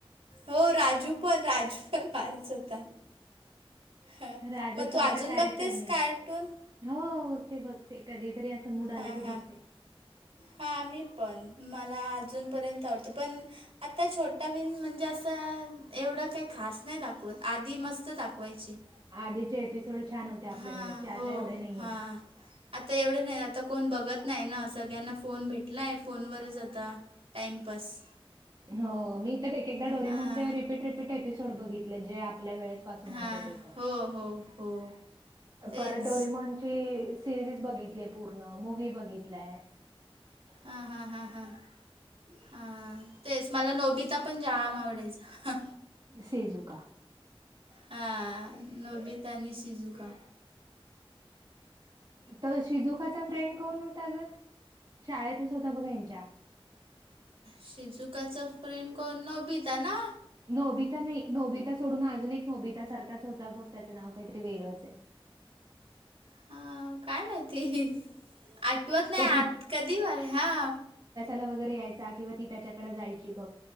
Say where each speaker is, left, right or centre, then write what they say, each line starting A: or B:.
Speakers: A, on the right; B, on the right.
A: हो राजू पण राजू पण बारीच होता ह
B: राजू
A: मग तू
B: सारखं
A: अजून
B: कॅरेक्टर
A: बघतेस
B: नाही.
A: कार्टून
B: हो बघते बघते कधीतरी असं मूड आला
A: हां
B: की
A: हां
B: बघते
A: हां आ म्ही पण मला अजूनपर्यंत आवडतो पण आता छोटा बिन म्हणजे असं एवढं काही खास नाही दाखवत आधी मस्त दाखवायचे
B: आधीचे एपिसोड छान होते आपल्या
A: हां
B: वेळेसचे आता
A: हो
B: एवढे नाहीय
A: हां
B: आहेत
A: आता एवढं नाही आता कोण बघत नाही ना सगळ्यांना फोन भेटलाय फोनवरच आता टाइमपास
B: हो मी तर एक एकदा डोरीमनच्या
A: हां
B: रिपीट रिपीट एपिसोड बघितले जे आपल्या वेळेस प
A: हां हो हो हो तेच
B: पर ज सिरीज बघितली पूर्ण मूव बघितलाय
A: हम हम हा हा हा तेच मला नोबिता पण जाम आवडायचा
B: सेजू का.
A: हा नबितानी सिजुका.
B: त शिजुकाचा फ्रेंड कोण होता ग शाळेतच होता बघ यांच्या.
A: शिजुकाचा फ्रेंड कोण नबिता ना.
B: नोबिता नाही नोबिता सोडून अजून एक नोबिता सारखाच होता बघ त्याचं नाव काहीतरी वेगळंच आहे.
A: हा काय माहिती आठवत नाही
B: तो
A: आत कधी वर हा.
B: ला वगैरे यायचा किंवा ती त्याच्याकडे जायची बघ